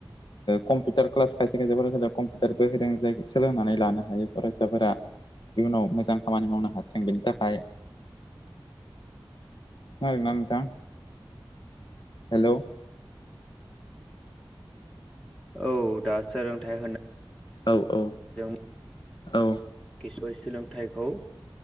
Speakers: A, on the left; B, in the centre.
A: कम्पिउटार क्लास खायसे खायसे फरायसालि कम्पिउटारबो होदों जाय सोलोंनानै लानो हायो फरायसाफोरा इयुनाव मोजां खामानि मावनो हाथों बेनि थाखाय खोनादों ना नोंथां हेल'।
B: औ दा सोलोंथाइ होनो
A: औ औ
B: जों
A: औ।
B: <unintelligible> सोलोंथाइखौ